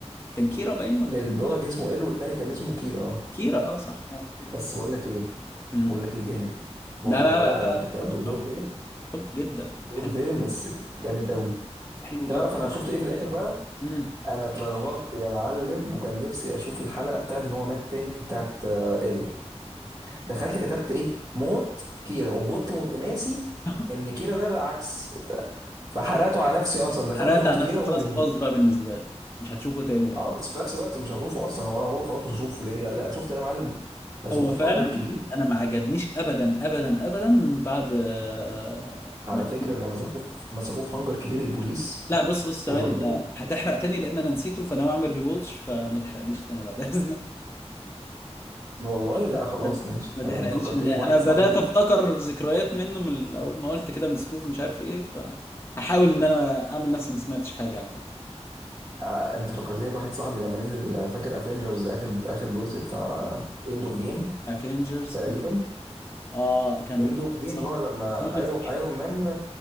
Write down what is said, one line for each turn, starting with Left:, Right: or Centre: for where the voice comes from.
Left: كان كيرا باين ولا
Right: البرودكت
Left: كان
Right: اسمه ال والتاني كان اسمه كيرا اه
Left: كيرا اه صح اوكي
Right: بس بقول لك ايه
Left: امم
Right: بقول لك ايه جامد برضه
Left: لا لا
Right: الولد
Left: لا لا
Right: كدور
Left: طب طب طب طب جدا
Right: دور
Left: حلو
Right: فيلن بس جامد قوي
Left: حلو
Right: تعرف
Left: جدا
Right: انا شفت ايه في الاخر بقى
Left: امم
Right: انا اتلخبطت يا معلم وكان نفسي اشوف الحلقه بتاعت ان هو مات تاني بتاعت آه، ال دخلت كتبت ايه موت كيرا وكنت مت- ناسي
Left: <laughs>
Right: ان كيرا ده العكس ده- فحرقته على نفسي اصلا دخلت
Left: حرقت
Right: شفت
Left: على
Right: كيرا
Left: نفسك
Right: وهو
Left: خلاص
Right: بيموت
Left: باظ
Right: بقى.
Left: بقى بالنسبه لك مش هتشوفه تاني بقى
Right: اه بس في نفس الوقت مش هشوفه اصلا هو هو خلاص مش هشوفه لاني بقى لا شفت يا معلم مسكوه
Left: هو فعلا
Right: في هانجر كبير
Left: انا ما عجبنيش ابدا ابدا ابدا من بعد آه،
Right: على
Left: ما
Right: فكره ده مسكوه في- مسكوه في هانجر كبير البوليس
Left: لا بص بص
Right: وضربوه
Left: ثواني ده هتحرق تاني لان انا نسيته فانا اعمل ريواتش فما تحرقليش تاني بعد اذنك
Right: والله لا خلاص
Left: <laughs>
Right: ماشي
Left: ما
Right: تمام
Left: تحرقليش
Right: فكرتني
Left: ان انا
Right: بواحد
Left: بدات
Right: صاحبي
Left: افتكر ذكريات منه من اول ما قلت كده مسكوف مش عارف ايه فهحاول ان انا اعمل نفسي ما سمعتش حاجه عامه
Right: آه، انت فكرتني بواحد صاحبي لما نزل آه، فاكر افنجرز اخر اخر جزء بتاع اند اوف جيم
Left: افنجرز
Right: تقريبا
Left: اه كان
Right: اند اوف جيم
Left: صح
Right: هو لما ايرون
Left: اوف
Right: ايرون مان